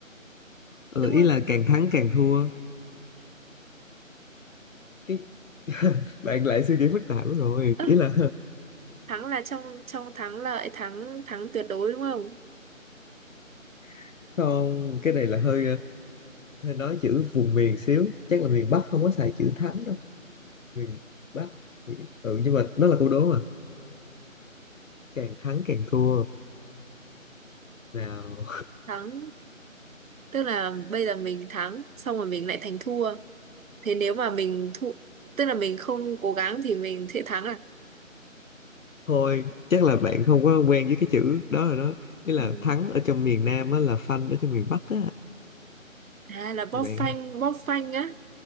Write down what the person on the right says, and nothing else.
đúng
không
Ơ,
thắng là trong trong thắng lợi thắng thắng tuyệt đối đúng không
thắng tức là bây giờ mình thắng xong rồi mình lại thành thua thế nếu mà mình thua tức là mình không cố gắng thì mình sẽ thắng à
Ừ.
à là bóp
phanh bóp phanh á